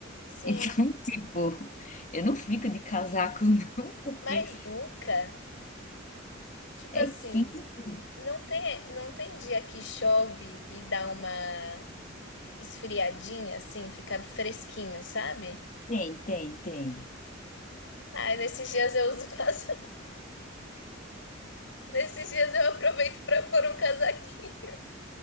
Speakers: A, on the left; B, on the left.
A: Sim,
B: Então, <laughs> tipo, eu não fico de casaco, <laughs> não, porque
A: mas nunca, tipo
B: é
A: assim,
B: quente.
A: não tem, não tem dia que chove e dá uma esfriadinha assim, fica fresquinho, sabe?
B: Tem, tem, tem.
A: Ai, nesses dias eu uso, <laughs> casa- nesses dias eu aproveito pra pôr um casaquinho.